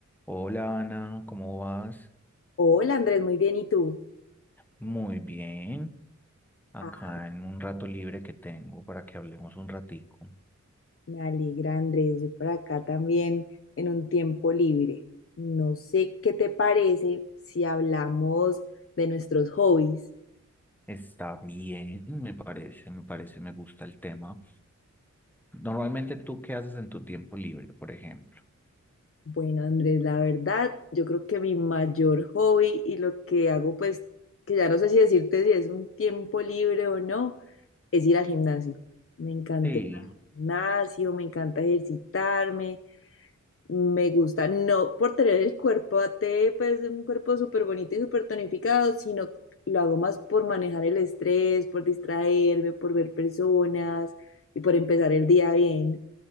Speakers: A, in the centre; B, on the left.
A: Hola Ana, ¿cómo vas?
B: Hola Andrés, muy bien. ¿Y tú?
A: Muy bien. Acá
B: Ah,
A: en un rato libre que tengo para que hablemos un ratico.
B: me alegra Andrés, yo por acá también en un tiempo libre. No sé qué te parece si hablamos de nuestros hobbies.
A: Está bien, me parece, me parece, me gusta el tema. Normalmente, ¿tú qué haces en tu tiempo libre, por ejemplo?
B: Bueno Andrés, la verdad, yo creo que mi mayor hobby y lo que hago pues, que ya no sé si decirte si es un tiempo libre o no, es ir al gimnasio. Me encanta
A: Sí.
B: el gimnasio, me encanta ejercitarme. Me gusta, no por tener el cuerpo a T, pues un cuerpo súper bonito y súper tonificado, sino lo hago más por manejar el estrés, por distraerme, por ver personas y por empezar el día bien.